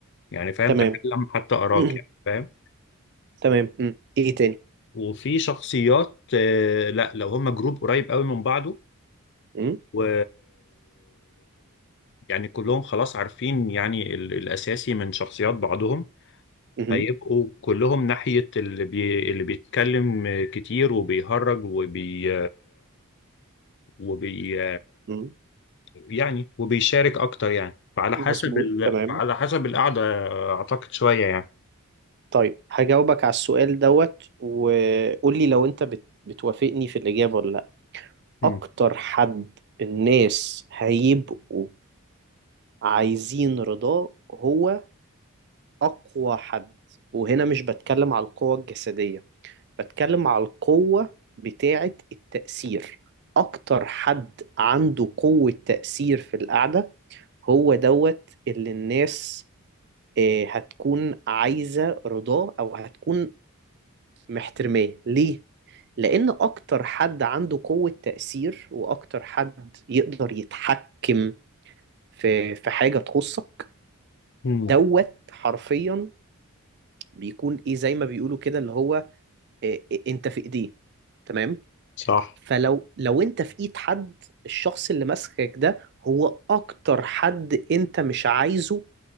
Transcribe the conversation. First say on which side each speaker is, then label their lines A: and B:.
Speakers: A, on the left; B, on the right.
A: يعني فاهم
B: تمام
A: تكلم حتى أراك
B: <clears throat> مم.
A: يعني فاهم
B: تمام امم ايه تاني
A: وفي شخصيات آه، لا لو هما جروب قريب قوي من بعضه
B: امم
A: و يعني كلهم خلاص عارفين يعني ال- الأساسي من شخصيات بعضهم
B: امم
A: هيبقوا كلهم ناحية اللي بي... اللي بيتكلم كتير وبيهرج وبي وبي
B: امم
A: يعني وبيشارك اكتر يعني فعلى
B: مظبوط
A: حسب ال...
B: تمام
A: فعلى حسب القعده اعتقد شويه يعني
B: طيب هجاوبك على السؤال دوت وقول لي لو انت بت... بتوافقني في الاجابه ولا لا
A: امم
B: اكتر حد الناس هيبقوا عايزين رضاه هو اقوى حد وهنا مش بتكلم على القوة الجسدية بتكلم على القوة بتاعة التأثير أكتر حد عنده قوة تأثير في القعدة هو دوت اللي الناس آه، هتكون عايزة رضاه أو هتكون محترماه ليه؟ لأن أكتر حد عنده قوة تأثير وأكتر حد يقدر يتحكم في في حاجة تخصك
A: امم
B: دوت حرفيا بيكون إيه زي ما بيقولوا كده اللي هو آه، أنت في إيديه تمام؟
A: صح
B: فلو لو انت في ايد حد الشخص اللي ماسكك ده هو اكتر حد انت مش عايزه